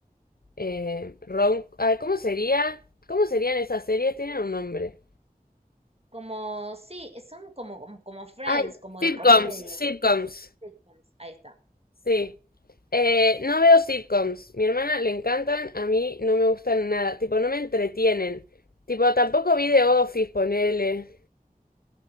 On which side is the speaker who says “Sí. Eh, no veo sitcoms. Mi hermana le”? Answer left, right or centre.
Left